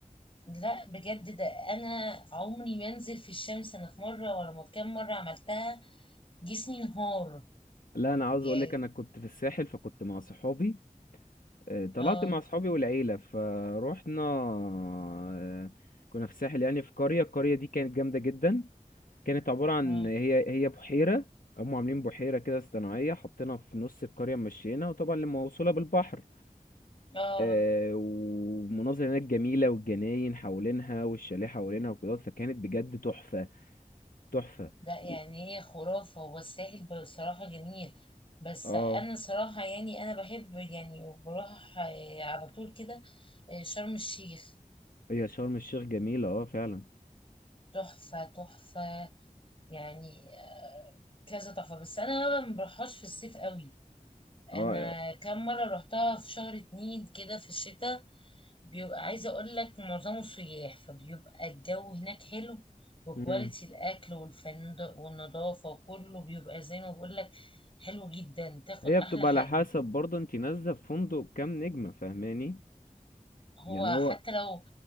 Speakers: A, on the left; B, on the left.
A: لا بجد ده انا عمري ما انزل في الشمس انا في مره ولا ما كام مره عملتها جسمي انهار
B: لا أنا عاوز
A: يعني
B: أقولك أنا كنت في الساحل فكنت مع صحابي آه، طلعت
A: اه
B: مع صحابي والعيلة فروحنا آه، كنا في الساحل يعني في قرية القرية دي كانت جامدة جدا كانت عبارة عن
A: اه
B: هي هي بحيرة هم عاملين بحيرة كده صناعية حطينا في نص القرية مشينا وطبعا لما موصولة بالبحر
A: آه.
B: آه، ومناظر هناك جميلة والجناين حوالينها والشاليه حوالينها وكده فكانت بجد تحفة تحفة
A: ده يعني
B: و-
A: هي خرافه هو الساحل بصراحه جميل بس
B: اه
A: انا صراحه يعني انا بحب يعني بروح آه، على طول كده آه، شرم الشيخ
B: هي شرم الشيخ جميلة اه فعلا
A: تحفه تحفه يعني آه، كذا تحفه بس انا ما بروحهاش في الصيف قوي انا
B: اه
A: كام مره روحتها في شهر اتنين كده في الشتاء بيبقى عايزه اقول لك معظمه سياح فبيبقى الجو هناك حلو وكواليتي
B: مم.
A: الاكل والفندق والنظافه وكله بيبقى زي ما بقول لك حلو جدا تاخد
B: هي
A: احلى
B: بتبقى
A: حاجه
B: على حسب برضه انت نازلة في فندق كام نجمة فاهماني
A: هو
B: يعني
A: حتى
B: هو
A: لو